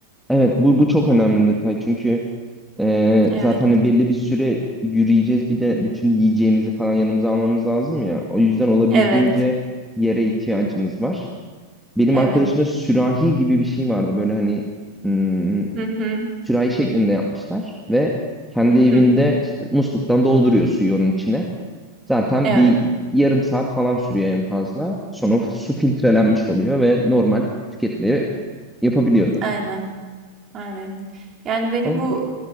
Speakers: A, in the centre; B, on the right (about 30°).
A: Evet bu, bu çok önemli bir detay çünkü e,
B: Evet.
A: zaten hani belli bir süre yürüyeceğiz bir de bütün yiyeceğimizi falan yanımıza almamız lazım ya. O yüzden olabildiğince
B: Evet,
A: yere ihtiyacımız var. Benim
B: evet.
A: arkadaşımda sürahi gibi bir şey vardı böyle hani hmm,
B: Hı hı.
A: sürahi şeklinde yapmışlar ve kendi
B: Hı hı.
A: evinde işte musluktan dolduruyor suyu onun içine. Zaten
B: Evet,
A: bir yarım saat falan sürüyor en fazla. Sonra su filtrelenmiş oluyor ve normal tüketmeyi yapabiliyordu.
B: aynen. Aynen. Yani benim
A: Ama-
B: bu